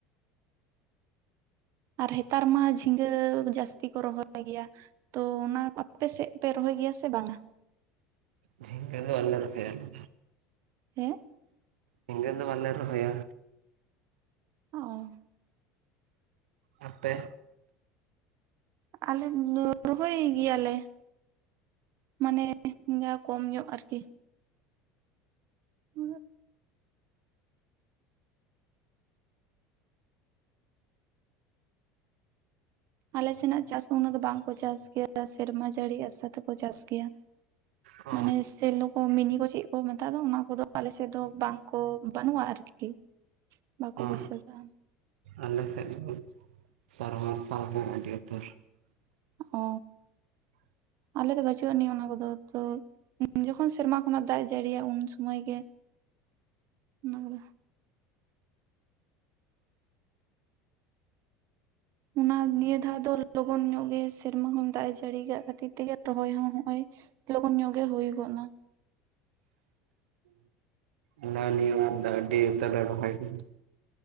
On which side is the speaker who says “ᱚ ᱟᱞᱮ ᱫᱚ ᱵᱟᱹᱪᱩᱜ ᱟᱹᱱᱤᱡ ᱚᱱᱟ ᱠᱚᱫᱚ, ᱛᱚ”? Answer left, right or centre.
Right